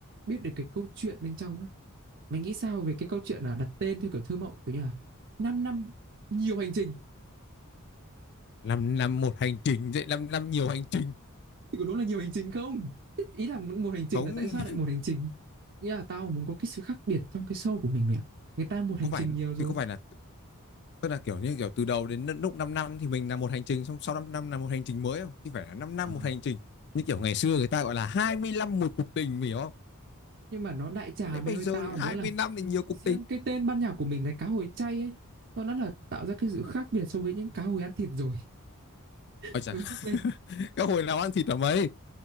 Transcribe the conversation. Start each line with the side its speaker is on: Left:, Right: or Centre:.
Right: biết được cái câu chuyện bên trong nữa mình nghĩ sao về cái câu chuyện là đặt tên theo kiểu thơ mộng kiểu như là 5 năm nhiều hành trình
Left: làm làm một hành trình vậy làm làm nhiều hành trình
Right: thì có đúng là nhiều hành trình không? Thế ý là một, một hành trình
Left: không
Right: là tại sao lại một hành trình? Nghĩa là tao muốn có cái sự khác biệt trong cái show của mình mẹ. ạ. Người ta một hành
Left: có phải
Right: trình nhiều rồi.
Left: thì có phải là tức là kiểu như kiểu từ đầu đến lúc 5 năm thì mình làm một hành trình xong sau 5 năm là một hành trình mới không thì phải là năm năm
Right: Ờ,
Left: một hành trình như kiểu ngày xưa người ta gọi là 20 năm một cuộc tình mình hiểu không
Right: Nhưng mà nó đại trà
Left: đấy bây
Right: mày ơi
Left: giờ
Right: tao
Left: thì
Right: là muốn
Left: hai
Right: là
Left: mươi năm thì nhiều cuộc
Right: riêng
Left: tình
Right: cái tên ban nhạc của mình là cá hồi chay ấy. Nó đã là tạo ra cái sự khác biệt so với những cá hồi ăn thịt rồi. <laughs>
Left: Ôi chà,
Right: Ừ, mày
Left: <laughs> các hồi nào ăn thịt ở mấy?